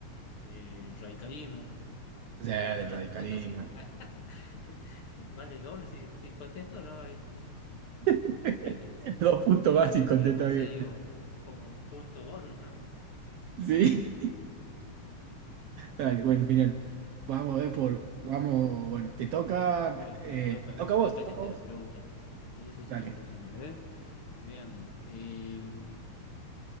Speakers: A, on the left; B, on the right.
A: Eh, radicalismo,
B: O sea,
A: que vale
B: del
A: doble
B: radicalismo.
A: punto si <laughs> vale doble si, si contesto, ¿no? Y
B: <laughs>
A: mirá que,
B: Dos puntos
A: mirá
B: básicos,
A: que podemos
B: contesta
A: hacer
B: bien.
A: ahí o- como punto bonus, ¿no?
B: Sí.
A: Bien,
B: Dale, bueno,
A: bien,
B: genial.
A: bien.
B: Vamos a ver por. Vamos, bueno, te toca.
A: Voy, me
B: eh,
A: toca,
B: te toca
A: me
B: a vos,
A: toca
B: te
A: hacerte
B: toca a vos.
A: la pregunta. Sí, sí, sí,
B: Dale.
A: me toca a mí. A ver, veamos. Eh,